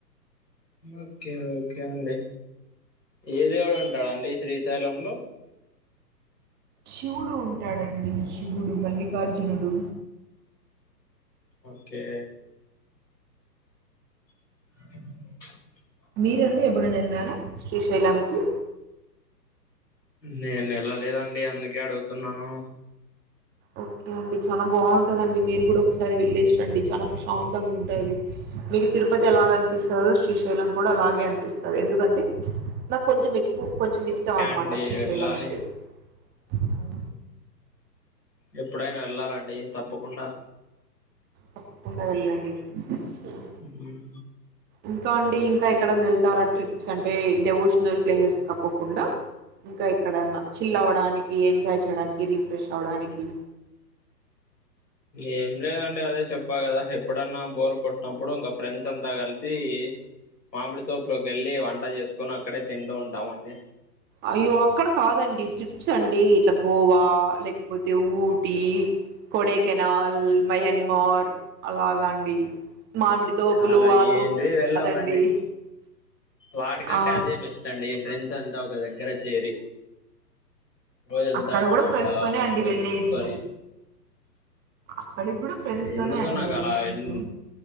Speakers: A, on the left; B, on the right.
A: ఓకే ఓకే అండి ఏ దేవుడు ఉంటాదండి శ్రీశైలంలో
B: శివుడు ఉంటాడండి శివుడు మల్లికార్జునుడు
A: ఓకే <inaudible>
B: మీరండి ఎప్పుడైనా ఎల్లారా శ్రీశైలంకిి
A: నేనేళ్లలేదండి అందుకే అడుగుతున్నాను
B: ఓకే అండి చానా బాగుంటదండి మీరు కూడా ఒకసారి వెళ్లే స్రండి చానా ప్రశాంతంగా ఉంటది దివి తిరుపతి ఎలాగ అనిపిస్తాదో శ్రీశైలం కూడా అలాగే అన్పి స్తది ఎందుకంటే నాక్ కొంచెం ఎక్కువ కొంచెం
A: ఓకే
B: ఇష్టం అన్మాట
A: అండి
B: శ్రీశైలం
A: వెళ్ళాలి
B: అంటే అవు
A: ఎప్పుడైనా వెళ్ళాలండి తప్పకుండా
B: తప్పకుండా వెళ్ళండి ఏం
A: ఉమ్మ్
B: ఇంకా అండి ఇంకా ఎక్కడ ఎళ్తారా ట్రిప్స్ అంటే డెవోషనల్ ప్లేసెస్ కక్కకుండా? ఇంకా ఎక్కడన్నా చిల్ అవ్వడానికి ఎంజాయ్ చేయడానికి రిఫ్రెష్ అవడానికి
A: ఏం లేదండి అదే చెప్పా కదా ఎప్పుడన్నా బోర్ కొట్టినప్పుడు ఇంకా ఫ్రెండ్స్ అంతా కలిసి మామిడి తోపులోకి వెళ్ళి వంట చేసుకుని అక్కడే తింటూ ఉంటామండి.
B: అయ్యో అక్కడ కాదండి ట్రిప్స్ అండి ఇట్లా గోవా లేకపోతే ఊటీ కొడైకెనాల్, మయన్మార్ అలాగా అండి మామిడి తోపులు
A: అలా
B: ఆ
A: ఏంటి
B: తోపు
A: వెళ్ళామండి
B: కాదండి.
A: వాటికంటే
B: ఆ
A: అదే బెస్ట్ అండి ఫ్రెండ్స్ అంతా ఒక దగ్గర చేరి రోజంత
B: అక్కడ
A: మనం
B: కూడా ఫ్రెండ్స్
A: అలా
B: తోనే
A: ముచ్చటించుకుని
B: అండి వెళ్ళేది అక్కడికి కూడా ఫ్రెండ్స్
A: ఎందుకో
B: తోనే అండి
A: నాకు
B: వెళ్ళేది
A: అలా వెన్
B: మీరు